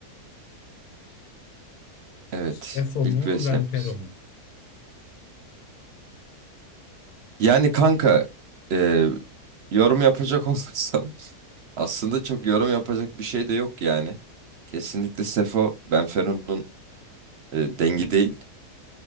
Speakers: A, on the right; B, on the left.
A: Evet.
B: Sefo
A: ilk
B: mu
A: VS'miz.
B: Benfero mu?
A: Yani kanka e, yorum yapacak olursam <laughs> aslında çok yorum yapacak bir şey de yok yani. Kesinlikle Sefo Benfero'nun e, dengi değil.